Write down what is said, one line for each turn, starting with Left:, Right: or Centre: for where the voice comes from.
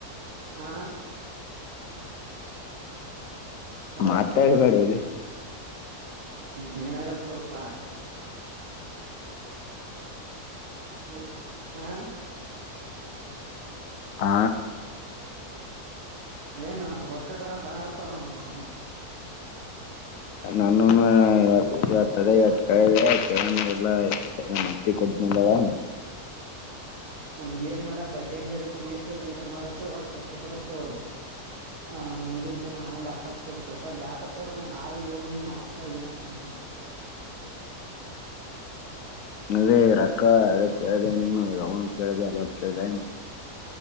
Right: ಹಾ ಹಲೋ
Left: ಮಾತಾಡಬ್ಯಾಡೋಲೆ
Right: ಹ್ಮ್ ಏನಾಗಲ್ ತೋರ್ಪಾ ಕುಂದ್ರ ಹಾ
Left: ಆ
Right: ಏನ ಅವ ರೊಕ್ಕ ಕೊಡಂಗ ಕಾಣಲ್ಪ ಶಾನ್
Left: ನನ್ನವುನ ಇವತ್ತ ಇವತ್ತ ಅದ ಇವತ್ತ ಕೇಳಿದೆ ಕೇಳುವ ಇಲ್ಲ ನಮ್ಮ ಅತ್ತಿ ಕೊಟ್ಟತನಂದಳ
Right: ಅವ್ನಿಗೆ ಏನ್ ಮಾಡ ಬಡ್ಡಿ ಹಂಗರ ತಗಿ ಎತ್ತಳ ಏನಾರ ಮಾಡತ್ತ ಒಟ್ಟ ರೊಕ್ಕ ಕೊಡತ್ತಳ ಹ ಮುಂದಿನ ತಿಂಗಳ ನಾನು ಲ್ಯಾಪ್ಟಾಪ್ ತಗೋಬೇಕು ಹೊಸದು ಲ್ಯಾ ತೊಡಬೇಕು ನಾನ ನಾಳಿಗ ಓ ಮುಂದ ನಮ್ಮ ಅಪ್ಪಾ ಏನಂತಾನೇನ
Left: ಅದೇ ರಕ್ಕ ಅದ ಕೇಳಿದೆ ಅವನು ಕೇಳಿದೆ ಎಲಟ್ಟು ಕೇಳ್ದ